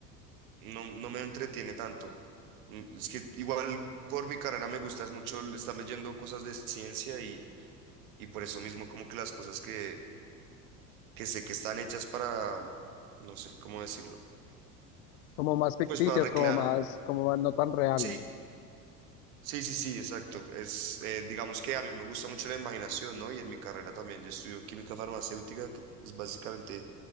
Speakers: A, on the right; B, on the left.
A: no, no me entretiene tanto. Mm, Es que igual por mi carrera me gusta es mucho el estar leyendo cosas de ciencia y, y por eso mismo como que las cosas que, que sé que están hechas para, no sé cómo decirlo,
B: Como más ficticias,
A: pues para recrear,
B: como más, como más no tan reales.
A: sí Sí, sí, sí, exacto. Es, eh, digamos que a mí me gusta mucho la imaginación, ¿no? Y en mi carrera también, yo estudio química farmacéutica, que es básicamente